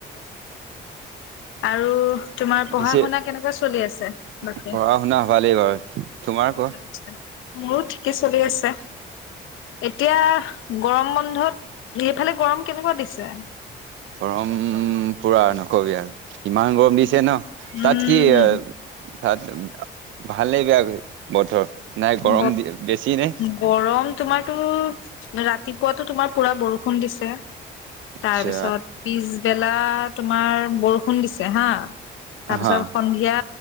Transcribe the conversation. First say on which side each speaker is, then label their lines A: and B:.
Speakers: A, on the left; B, on the right.
A: আৰু তোমাৰ পঢ়া
B: পিছে
A: শুনা কেনেকুৱা চলি আছে বাকী?
B: পঢ়া-শুনা হবালেই বাৰু, তোমাৰ কোৱা?
A: আচ্ছা মোৰো ঠিকে চলি আছে, এতিয়া গৰম বন্ধত সেইফালে গৰম কেনেকুৱা দিছে?
B: গৰম পুৰা কবি আৰু, ইমান গৰম দিছে ন,
A: উম
B: তাত কি তাত ভালেই বেয়া বতৰ নাই গৰম
A: ব
B: বেছি নে
A: গৰম তোমাৰ ত' ৰাতিপুৱাতো তোমাৰ পুৰা বৰষুণ দিছে,
B: আচ্ছা
A: তাৰপিছত পিছবেলা তোমাৰ বৰষু শুন দিছে হা তাৰ পিছত
B: হা
A: সন্ধিয়া,